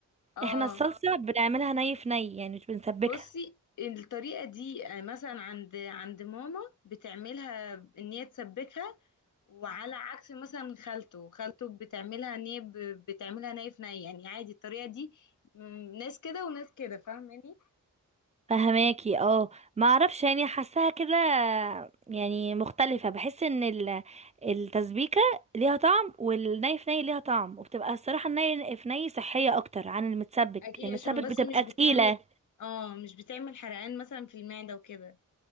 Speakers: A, on the left; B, on the right.
A: اه
B: احنا الصلصة بنعملها ني في ني يعني مش بنسبكها
A: بصي الطريقة دي آه، مثلا عند عند ماما بتعملها ان هي تسبكها وعلى عكس مثلا خالته خالته بتعملها ان هي ب- بتعملها ني في ني يعني عادي الطريقه دي م- ناس كده وناس كده فاهماني
B: فهماكي اه ما اعرفش يعني حاساها كده يعني مختلفة بحس ان ال- التسبيكة ليها طعم والني في ني ليها طعم وبتبقى الصراحة الني في ني صحية اكتر عن المتسبك
A: اكيد
B: المتسبك
A: عشان بس
B: بتبقى
A: مش بتعمل
B: تقيلة
A: اه مش بتعمل حرقان مثلا في المعده وكده